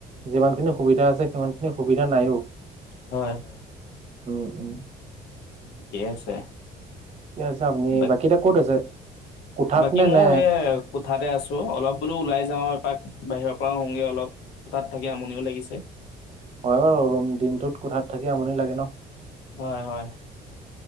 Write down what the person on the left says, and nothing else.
হয়-হয়।
ঠিকে আছে।
বা
বাকী
ময়ো
সেই কোঠাতে আছোঁ, অলপ বোলো ওলাই যাওঁ এপাক, বাহিৰৰ পৰাও আহোওঁঁগৈ অলপ, কোঠাত থাকি আমনিও লাগিছে।
হয়-হয়।